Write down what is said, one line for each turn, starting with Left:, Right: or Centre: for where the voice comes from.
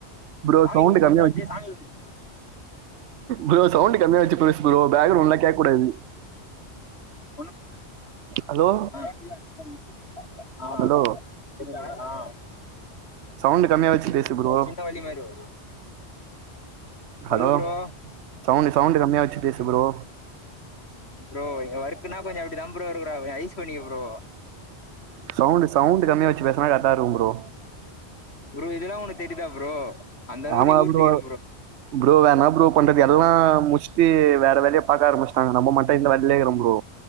Right: ப்ரோ
Left: சாமி
Right: சவுண்ட்
Left: கும்பிடுங்க
Right: கம்மியா
Left: ப்ரோ
Right: வச்சி
Left: அப்டியே சாமி கும்பிடு
Right: ப்ரோ சவுண்ட் கம்மியா வச்சி பேசு ப்ரோ பேக்ரவுண்ட்லா கேக்க கூடாது
Left: ஒன்னு புரிலன்னா <inaudible>
Right: ஹலோ
Left: ஆ என்ன பண்ணாங்களோ ஆ
Right: ஹலோ
Left: இந்தா ஆ
Right: சவுண்ட் கம்மியா வச்சி பேசு ப்ரோ
Left: ஒரு சின்ன வலி மாரி வரு சொல்லு
Right: ஹலோ
Left: ப்ரோ
Right: சவுண்ட் சவுண்ட் கம்மியா வச்சி பேசு பரோ
Left: ப்ரோ இங்க ஒர்க்ன்னா கொஞ்சோ அப்டி தா ப்ரோ இருக்குறா ஐஸ் பண்ணிக்கோ ப்ரோ
Right: சவுண்ட் சவுண்ட் கம்மியா வச்சி பேசனா கரெக்ட்டா இருக்கு ப்ரோ
Left: ப்ரோ இதெல்லா ஒனக் கேக்குதா ப்ரோ அந்த அளவுக்கு
Right: ஆமா
Left: நீ ஊருட்டிக்கிற
Right: ப்ரோ ப்ரோ வேணா ப்ரோ பண்றது எல்லா முச் சுத்தி வேற வேலய பாக்க ஆரம்பிச்சிட்டாங்க நம்ம மட்டு இந்த வேலேலயே இருக்கோ ப்ரோ